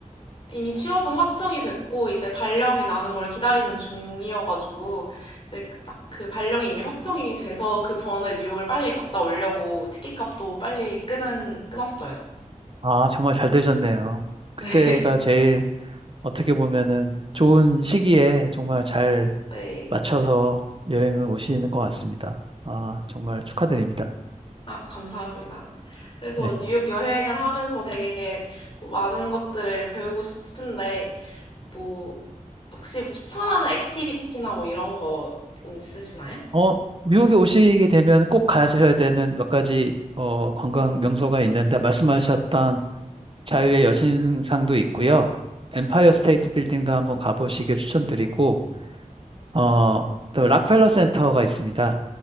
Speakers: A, on the left; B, on the right.
A: 이미 취업은 확정이 됐고 이제 발령이 나는 걸 기다리는 중이어가지고 이제 딱 그 발령이 이미 확정이 돼서 그 전에 뉴욕을 빨리 갔다 오려고 티켓값도 빨리 끄는 끊었어요.
B: 아, 정말 잘 되셨네요.
A: <laughs>
B: 그때가
A: 네.
B: 제일 어떻게 보면은 좋은 시기에 정말 잘
A: 네.
B: 맞춰서 여행을 오시는 것 같습니다. 아, 정말 축하드립니다.
A: 아, 감사합니다. 그래서
B: 네.
A: 뉴욕 여행을 하면서 되게 뭐 많은 것들을 배우고 싶은데 뭐 혹시 뭐 추천하는 액티비티나 뭐 이런 거 있으시나요?
B: 어, 뉴욕에 오시게 되면 꼭 가셔야 되는 몇 가지 어, 관광 명소가 있는데 말씀하셨던 자유의 여신상도 있고요. 엠파이어 스테이트 빌딩도 한번 가보시길 추천드리고 어, 또 락펠러 센터가 있습니다.